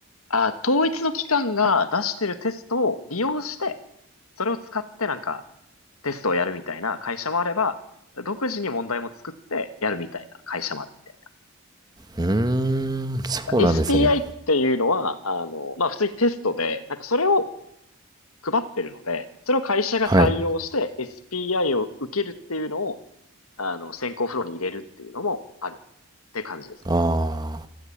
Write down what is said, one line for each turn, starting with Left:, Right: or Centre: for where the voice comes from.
Left: あ、統一の機関が出してるテストを利用して、それを使ってなんかテストをやるみたいな会社もあれば、独自に問題も作ってやるみたいな会社もあるみたい
Right: うーん、そうなんですね。
Left: な。SPI っていうのは、あの、まあ、普通にテストで、なんかそれを配ってるので、それを会社が採用して
Right: はい。
Left: SPI を受けるっていうのを、あの、選考フローに入れるっていうのもあるって感じですね。
Right: ああ、